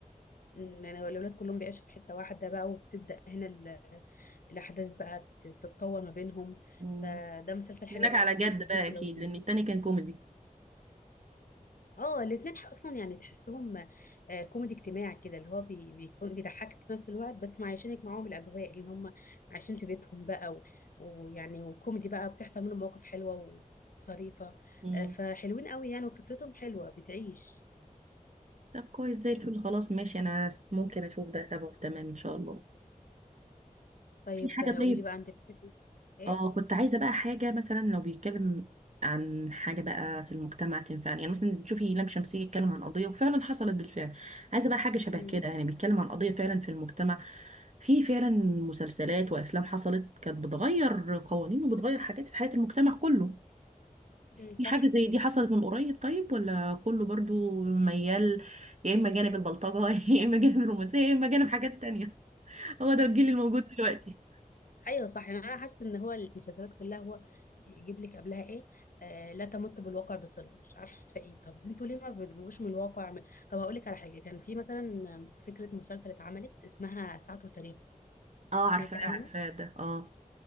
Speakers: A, on the left; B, on the right.
A: أمم، يعني الأولاد كلهم بيعيشوا في حتة واحدة بقى وبتبدأ هنا ال- الأحداث بقى ت- تتطور ما بينهم
B: مم.
A: فده مسلسل حلو
B: هناك
A: قوي
B: على جد
A: يعني هتتبسط
B: بقى اكيد
A: لو سمعته
B: لان التاني كان كوميدي
A: اه الاتنين ح- أصلا يعني تحسهم آه، كوميدي اجتماعي كده اللي هو بي- بيكون بيضحكك في نفس الوقت بس معيشينك معاهم الأجواء اللي هم عايشين في بيتهم بقى و- ويعني وكوميدي بقى بتحصل منهم مواقف حلوة وظريفة
B: مم.
A: آه، فحلوين قوي يعني وفكرتهم حلوة بتعيش
B: طب كويس زي الفل خلاص ماشي انا ممكن اشوف ده تمام تمام ان شاء الله
A: طيب
B: في حاجه
A: آه،
B: طيب
A: قولي لي بقى أنت بتحبي إيه؟
B: اه كنت عايزة بقى حاجة مثلا لو بيتكلم عن حاجة بقى في المجتمع تنفعني يعني مثلا تشوفي لام شمسية يتكلم عن قضية وفعلا حصلت بالفعل عايزة بقى حاجة شبه
A: أمم،
B: كده يعني بيتكلم عن قضية فعلا في المجتمع في فعلا مسلسلات وأفلام حصلت كانت بتغير قوانين وبتغير حاجات في حياة المجتمع كله
A: أمم، صح
B: في حاجة زي دي حصلت من قريب طيب ولا كله برضو ميال يا إما جانب البلطجة <laughs> يا إما جانب الرومانسية يا إما جانب حاجات تانية هو ده الجيل الموجود دلوقتي
A: ايوه صح يعني انا حاسه ان هو المسلسلات كلها هو يجيب لك قبلها ايه آه لا تمت بالواقع بصله مش عارفه ايه طب انتوا ليه ما بتجيبوش من الواقع من... طب هقول لك على حاجه كان في مثلا فكره مسلسل اتعملت اسمها ساعته وتاريخ
B: اه
A: سمعتي
B: عارفاه
A: عنه
B: عارفاه ده اه